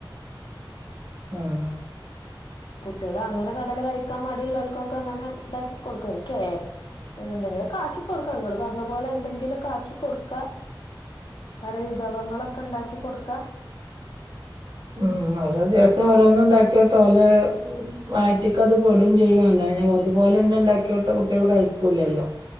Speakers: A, on the right; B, on the left.
A: ആഹ്.
B: കുട്ടികൾ അങ്ങനെ കടല കഴിക്കാൻ മടിയുള്ളവർക്കൊക്കെ അങ്ങനെ ഇതാക്കി കൊടുക്ക. <unintelligible> എന്തെങ്കിലൊക്കാക്കി കൊടുക്ക ങ്ങള് പറഞ്ഞ പോലെ എന്തെങ്കിലൊക്കാക്കി കൊടുക്കാ <unintelligible> പറ വിഭവങ്ങളൊക്കെ ഉണ്ടാക്കി കൊടുക്കാം
A: മ് അതെ അതു ദിവസം ഓരോന്നും ഉണ്ടാക്കി കൊടുത്ത ഓലെ വയറ്റിക്കത് പെടും ചെയ്യും അല്ലാതെ ഒരുപോലെ തന്നെ ഉണ്ടാക്കിക്കൊടുത്ത കുട്ടികൾ കഴിക്കൂല്ലല്ലോ